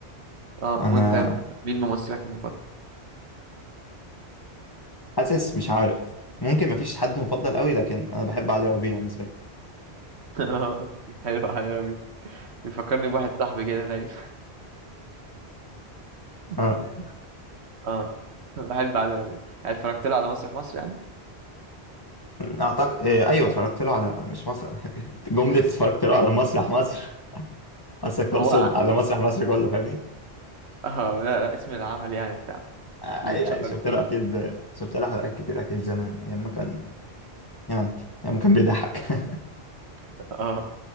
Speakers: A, on the right; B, on the left.
A: اه
B: انا
A: وانت مين ممثلك المفضل
B: حاسس مش عارف ممكن مفيش حد مفضل قوي لكن انا بحب علي ربيع نسبيا
A: <laughs> اه حلو علي ربيع بيفكرني بواحد صاحبي كده دايما <laughs>
B: اه
A: اه بحب علي ربيع يعني اتفرجت له على مسرح مصر يعني
B: اعتقد ايوه اتفرجت له على مش مصر <laughs> جمله اتفرجت له على مسرح مصر قصدك تقصد
A: هو ع- <laughs>
B: على مسرح مصر كله فاهمني
A: اه لا لا اسم العمل يعني بتاع
B: آه،
A: اللي
B: اي
A: اتشهر
B: اي شفت
A: فيه
B: له اكيد شفت له حلقات كتير اكيد زمان ايام ما كان يعني ايام ما كان بيضحك <laughs>
A: <laughs> اه